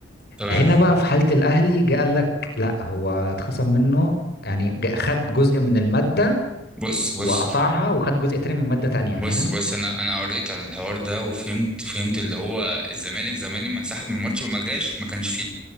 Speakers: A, in the centre; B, on the left.
A: تمام
B: هنا بقى في حاله الاهلي جه قال لك لا هو اتخصم منه يعني جا- خد جزء من الماده
A: بص بص
B: وقطعها وخد جزء تاني من ماده تانيه
A: بص
B: فاهم
A: بص انا انا قريت عن الحوار ده وفهمت فهمت اللي هو الزمالك زمان لما انسحب من الماتش وما جاش ما كانش فيه